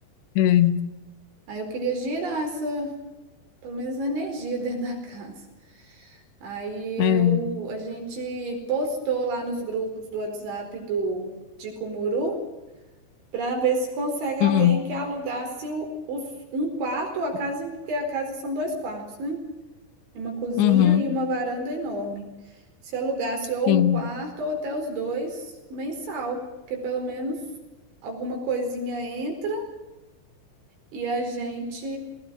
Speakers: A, on the left (about 80°); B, on the right (about 80°).
A: é,
B: Aí eu queria girar essa pelo menos energia <laughs> dentro da casa. Aí
A: é,
B: eu, a gente postou lá nos grupos do WhatsApp do de Cumuru para ver se consegue alguém
A: hum,
B: que alugasse o- os- um quarto, a casa, porque a casa são dois quartos, né? Uma cozinha
A: uhum,
B: e uma varanda enorme. Se alugasse ou
A: sim,
B: um quarto ou até os dois mensal, porque pelo menos alguma coisinha entra e a gente